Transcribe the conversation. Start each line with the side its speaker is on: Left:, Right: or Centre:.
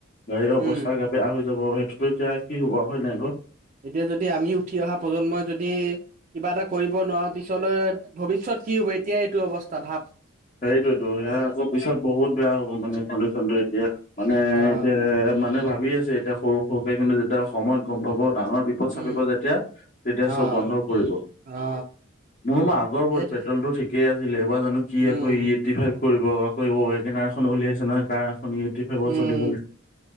Left: গাড়ীৰ
Right: উম
Left: অৱস্থা গা বেয়া হৈ যাব সেইটোতো এতিয়া কি হুবা হয় নাই ক?
Right: এতিয়া যদি আমি উঠি অহা প্ৰজন্মই যদি কিবা এটা কৰিব নোৱাৰা পিছলৈ ভৱিষ্যত কি হ'ব এতিয়াই এইটো অৱস্থা ভাৱ?
Left: সেইটোয়েতো এয়া আকৌ পিছত বহুত বেয়া হ'ব মানে কণ্ডিচনটো এতিয়া মানে
Right: অ
Left: এতিয়া মানে ভাবি আছে এতিয়া সৰু সৰুকে কিন্তু যেতিয়া সময়ত গম পাব ডাঙৰ বি পদ
Right: উম
Left: চাপিব যেতিয়া তেতিয়া
Right: অ
Left: চব বন্ধ কৰিব।
Right: অ।
Left: মোৰ মই আগৰ
Right: সেইটো
Left: প পেট্ৰলটো ঠিক। কে আছিলে এবাৰ জানো কি
Right: উম,
Left: আকৌ ই এইটি ফাইভ কৰিব আকৌ ৱ গেনাৰ এখন উলিয়াইছে নহয় কাৰ এখন ই এই টি ফাইভত
Right: উম,
Left: চলিবলৈ